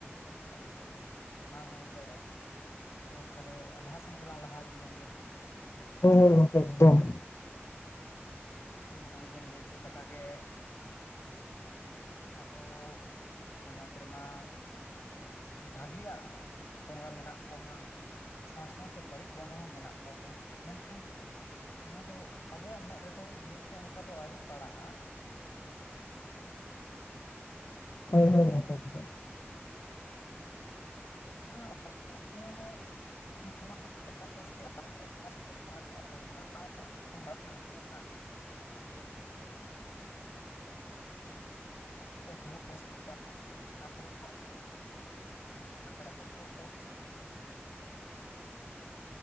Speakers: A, on the left (about 70°); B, on the left (about 90°).
A: ᱦᱳᱭ ᱦᱳᱭ ᱦᱳᱭ ᱚᱱᱟ ᱦᱚᱸ ᱦᱩᱭ ᱫᱟᱲᱮᱭᱟᱜ-ᱟ ᱾ ᱛᱚ ᱛᱟᱦᱟᱞᱮ ᱞᱟᱦᱟ ᱥᱮᱱ ᱜᱮᱞᱟᱝ ᱞᱟᱦᱟ ᱤᱫᱤ ᱞᱮᱱ ᱜᱮ ᱾
B: ᱦᱳᱭ ᱦᱳᱭ ᱜᱚᱝᱠᱮ ᱮᱠᱫᱚᱢ ᱾
A: ᱛᱚ ᱱᱚᱜ-ᱚᱭ ᱵᱮᱱ ᱞᱟᱹᱭ ᱠᱮᱫ ᱞᱮᱠᱟ ᱜᱮ ᱟᱵᱚ <inaudible> ᱥᱚᱢᱟᱡᱽ ᱨᱮᱢᱟ ᱵᱷᱟᱹᱜᱤᱭᱟᱜ <inaudible> ᱵᱚᱸᱜᱟ ᱢᱮᱱᱟᱜ ᱠᱚ ᱦᱟᱜ ᱥᱟᱶ ᱥᱟᱶᱛᱮ ᱵᱟᱹᱲᱤᱡ ᱵᱚᱸᱜᱟ ᱦᱚᱸ ᱢᱮᱱᱟᱜ ᱠᱚᱜᱮᱭᱟ ᱢᱮᱱᱠᱷᱟᱱ ᱚᱱᱟ ᱫᱚ ᱟᱵᱚᱣᱟᱜ ᱢᱮᱫ ᱨᱮᱫᱚ ᱱᱤᱛ ᱦᱚᱸ ᱚᱱᱠᱟ ᱫᱚ ᱟᱹᱣᱨᱤ ᱯᱟᱲᱟᱜ-ᱟ ᱾
B: ᱦᱳᱭ ᱦᱳᱭ ᱜᱚᱝᱠᱮ
A: ᱛᱚ
B: ᱾
A: <unintelligible> <unintelligible> <unintelligible> <unintelligible> <unintelligible> ᱵᱟᱠᱚ